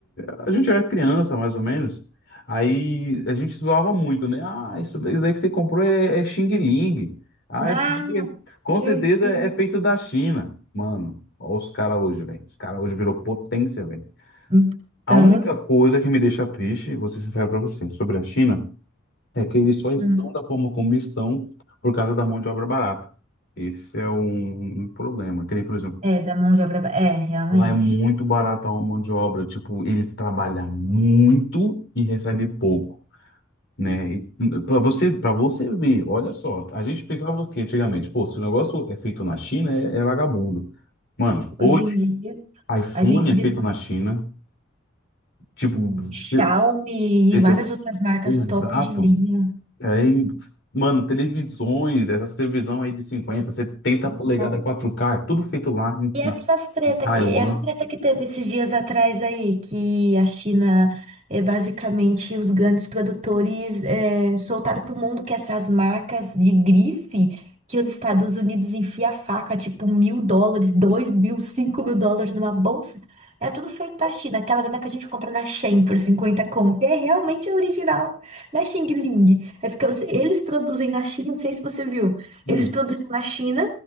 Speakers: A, on the left (about 60°); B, on the right (about 35°).
A: a gente era criança, mais ou menos. Aí a gente zoava muito, né? Ah, isso daí isso daí que você comprou é, é Xing Ling. Ah,
B: Ah,
A: isso daí é- com certeza
B: sim. sim.
A: é feito da China. Mano, ó os caras hoje, velho. Os caras hoje virou potência, velho.
B: Então,
A: A única coisa que me deixa triste, vou ser sincero para você, sobre a China, é que eles só estão
B: hum,
A: da forma como estão por causa da mão de obra barata. Esse é um problema. Que nem, por exemplo,
B: é, da mão de obra. ba- É, realmente.
A: lá é muito barata a mão de obra. Tipo, eles trabalham muito e recebem pouco, né? para você, para você ver, olha só, a gente pensava o quê antigamente? Pô, se o negócio é feito na China, é, é vagabundo. Mano, hoje,
B: Hoje em dia,
A: iPhone
B: a gente
A: é
B: diz
A: feito na China. Tipo, você-
B: Xiaomi
A: você-
B: e várias outras marcas
A: exato.
B: top de linha.
A: Aí, mano, televisões, essas televisão aí de 50, 70
B: Então,
A: polegadas quatro k é tudo feito lá em-
B: E essas
A: na
B: treta,
A: Taiwan.
B: e essa treta que teve esses dias atrás aí, que a China é basicamente os grandes produtores é, soltaram pro mundo que essas marcas de grife que os Estados Unidos enfia a faca, tipo mil dólares, dois mil, cinco mil dólares numa bolsa, é tudo feito da China, aquela mesma que a gente compra na Shein por 50 conto, é realmente original, na Xing Ling. É porque os- eles produzem na China, não sei se você viu,
A: Hum,
B: eles produzem na China